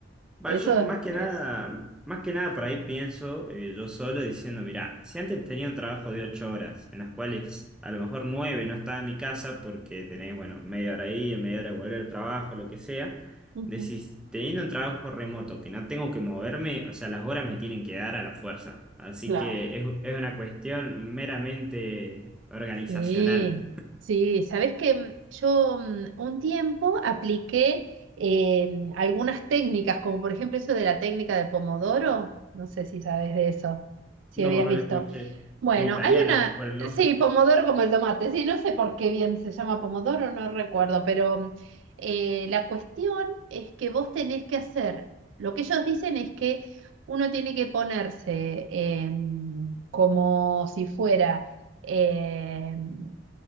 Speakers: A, in the centre; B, on the right (about 85°).
A: Bioshock,
B: Eso
A: más
B: es,
A: que nada,
B: es-
A: más que nada por ahí pienso eh, yo solo diciendo, mira, si antes tenía un trabajo de ocho horas, en las cuales a lo mejor nueve no estaba en mi casa porque tenés, bueno, media hora ahí, media hora de volver al trabajo, lo que sea,
B: Ujú.
A: decís, teniendo un trabajo remoto que no tengo que moverme, o sea, las horas me tienen que dar a la fuerza. Así
B: Claro.
A: que es, es una cuestión meramente organizacional.
B: Sí, sí, sabes que mm, yo mm, un tiempo apliqué eh, algunas técnicas, como por ejemplo eso de la técnica de Pomodoro, no sé si sabes de eso, si
A: No,
B: habías
A: no
B: visto.
A: lo escuché.
B: Bueno,
A: Es italiana
B: hay una,
A: por el nombre.
B: sí, pomodoro como el tomate, sí, no sé por qué bien se llama pomodoro, no recuerdo, pero eh, la cuestión es que vos tenés que hacer, lo que ellos dicen es que uno tiene que ponerse em, como si fuera em,